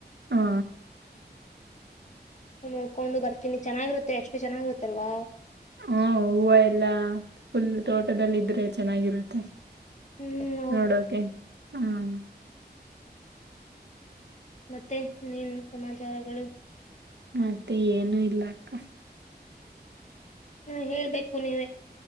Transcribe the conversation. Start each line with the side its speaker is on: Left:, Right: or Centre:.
Right: ಹಾ.
Left: ನೋಡ್ಕೊಂಡು ಬರ್ತೀನಿ ಚೆನ್ನಾಗಿರುತ್ ಮ ಎಷ್ಟು ಚೆನ್ನಾಗಿರುತ್ತಲ್ವಾ
Right: ಹ್ಮ ಹೂವು ಎಲ್ಲಾ ಫುಲ್ ತೋಟದದಲ್ಲಿ ಇದ್ರೆ ಚೆನ್ನಾಗಿರುತ್ತೆ
Left: ಹ್ಮ್ ಹೌದು
Right: ನೋಡೋಕೆ ಹ್ಮ. <inaudible>
Left: ಮತ್ತೆ ನೀನು ಸಮಾಚಾರಗಳು
Right: ಮತ್ತೆ ಏನು ಇಲ್ಲಕ್ಕ.
Left: ಹು ಹೇಳ್ಬೇಕು ನೀವೇ